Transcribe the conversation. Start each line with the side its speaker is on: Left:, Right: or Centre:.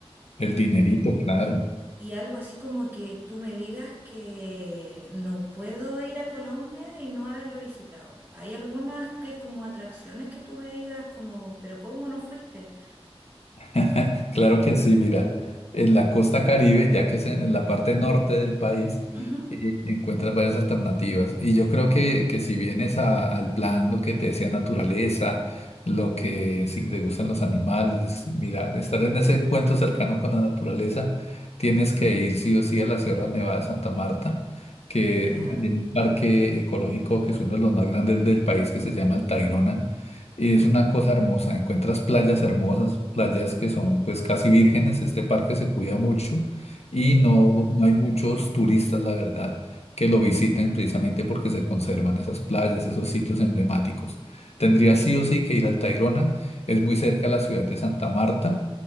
Left: El dinerito, claro.
Right: Y algo así como que tú me digas que no puedo ir a Colombia y no haberlo visitado. Hay algunas que como atracciones que tú me digas como, pero ¿cómo no fuiste?
Left: <laughs> Claro que sí, mira, en la costa Caribe, ya que es en, en la parte norte del país,
Right: Ujú.
Left: eh, encuentras varias alternativas. Y yo creo que, que si vienes a- al plan, lo que te decía naturaleza, lo que si te gustan los animales, mira, estar en ese encuentro cercano con la naturaleza, tienes que ir sí o sí a la Sierra Nevada de Santa Marta, que
Right: Ya,
Left: allí hay un parque ecológico que es uno de los más grandes del país, que se llama el Tayrona es una cosa hermosa, encuentras playas hermosas, playas que son pues casi vírgenes, este parque se cuida mucho y
Right: qué lindo.
Left: no, no hay muchos turistas, la verdad, que lo visiten precisamente porque se conservan esas playas, esos sitios emblemáticos. Tendrías sí o sí que ir al Tayrona, es muy cerca a la ciudad de Santa Marta